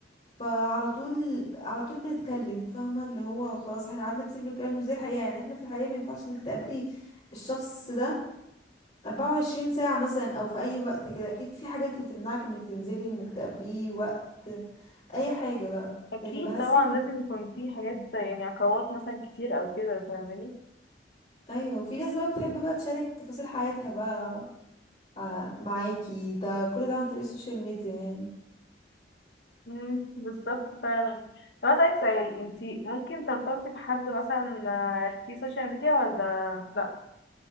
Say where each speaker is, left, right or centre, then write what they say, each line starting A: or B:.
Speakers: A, on the left; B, on the left.
A: فعلى طول على طول بنتكلم فاهمة اللي هو خلاص احنا قعدنا كتير بنتكلم مش زي الحقيقة يعني احنا في الحقيقة ما ينفعش انك تقابلي الشخص ده 24 ساعة مثلا او في اي وقت كده اكيد في حاجات هتمنعك انك تنزلي انك تقابليه وقت اي حاجة بقى
B: اكيد
A: لكن بحس
B: طبعا
A: ان
B: لازم يكون في حاجات
A: مم.
B: يعني عقبات مثلا كتير او كده فاهماني
A: ايوه وفي ناس بقى بتحب بقى تشارك تفاصيل حياتها بقى ع- معاكي ده كل ده عن طريق السوشيال ميديا يعني
B: مم، بالظبط فعلا طب اسالك سؤال انتي ممكن ترتبطي بحد مثلا آه، في السوشيال ميديا ولا لا